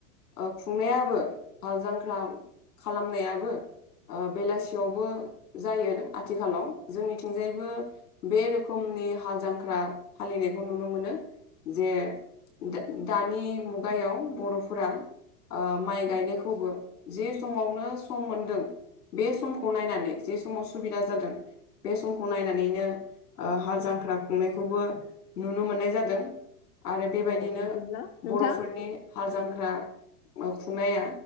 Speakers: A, on the left; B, on the left.
A: ओ खुंनायाबो हाल जांख्रा खालामनायाबो ओ बेलासियावबो जायो आथिखालाव जोंनिथिं थिंजायबो बे रोखोमनि हाल जांख्रा फालिनायखौ नुनो मोनो जे दा-दानि मुगायाव बर'फोरा ओ माइ गायनायखौबो जे समावनो सम मोनदों। बे समखौ नायनानै जे समाव सुबिदा जादों बे समखौ नायनानैनो ओ हाल जांख्रा खुंनायखौबो नुनो मोननाय जादों आरो बेबायदिनो
B: औ बिदिब्ला नोंथां
A: माने हाल जांख्रा- ओ खुंनाया